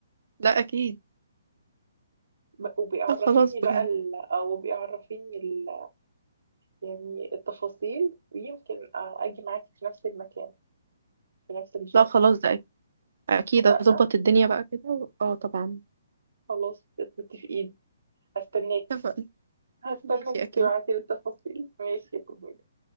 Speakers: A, on the right (about 70°); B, on the right (about 85°).
A: لا اكيد
B: ب- وبيعرفيني
A: لا خلاص
B: بقى
A: بجد
B: ال... او بيعرفيني ال... يعني التفاصيل ويمكن آه، اجي معاكي في نفس المكان في نفس الجيم
A: لا خلاص ده اكيد اكيد
B: اتفقنا
A: اظبط الدنيا بقى كده و- اه طبعا
B: خلاص متفقين استناك
A: اتفقنا
B: هستنى
A: ماشي
B: انك
A: اكيد
B: تبعتي لي التفاصيل ماشي يا كميل